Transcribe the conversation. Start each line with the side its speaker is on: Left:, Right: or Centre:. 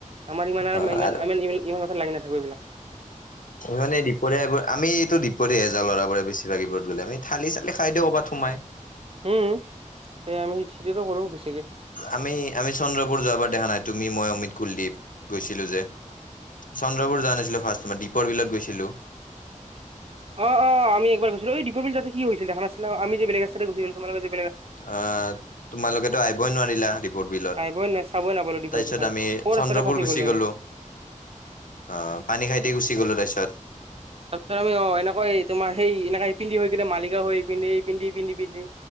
Right: আমাৰ ইমান
Left: অ
Right: ইমান
Left: আৰু
Right: আমি ইমান কথা লাগি নাথাকো এইবিলাক
Left: মানে দুপৰীয়া এইবোৰ আমি। ত দিপৰিয়াই এজা লৰাবোৰে বেছি ভাগিবত গলে আমি থালি চালি খাই দেওঁ কবাত সোমাই।
Right: উম তে আমি সিতিটো কৰো বে।
Left: আমি আমি চন্দ্ৰপুৰ যোৱাবাৰ দেখা নাই তুমি মই অমিত কুলদ্বীপ। গৈছিলো যে চন্দ্ৰবোৰ যোৱা নাছিলে ফ্ৰষ্ট তোমাৰ দীপৰ বিলত গৈছিলো।
Right: অ অ আমি এবাৰ গৈছিলো এই দীপ বিল যা কি হৈছিল দোখা নাছিলা আমি যে বেলেগস্তা ঘুৰি তোলোকে।
Left: অ তোমালোকেতো আহিবই নোৱাৰিলা। বিলত
Right: আহিবই চাবই নাপালো দীপৰ
Left: তাৰ পিছত
Right: বিলখন
Left: আমি
Right: ক'ৰ
Left: চন্দ্ৰপুৰ
Right: ৰাস্তাতে ফাঁচি
Left: গুচি গলো।
Right: আমি
Left: আহ পানী খাই দি গুচি গলো
Right: অ
Left: তাৰছত।
Right: তাৰপিছত আমি অ এনেকা এই তোমাৰ সেই এনে এই পিন্ধি হৈ কিনে মালিকা হৈ এইিধি এই পিন্ধি পিধি পিন্ধি।